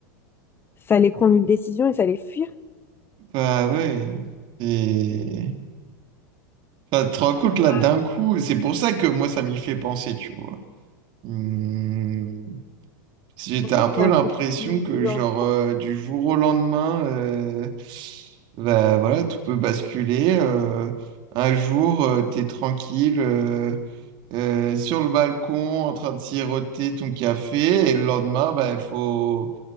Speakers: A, on the left; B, on the right.
A: fallait prendre une décision, il fallait fuir.
B: Bah ouais. Et... Enfin, tu te rends compte
A: Bah,
B: là d'un coup, c'est pour ça que moi ça m'y fait penser, tu vois. Hmm. J'étais
A: franchement
B: un
A: ça
B: peu
A: m'a
B: l'impression
A: foutu
B: que genre
A: un coup.
B: euh, du jour au lendemain, euh, bah voilà, tout peut basculer. euh, un jour, euh, t'es tranquille euh, euh, sur le balcon en train de siroter ton café, et le lendemain, bah faut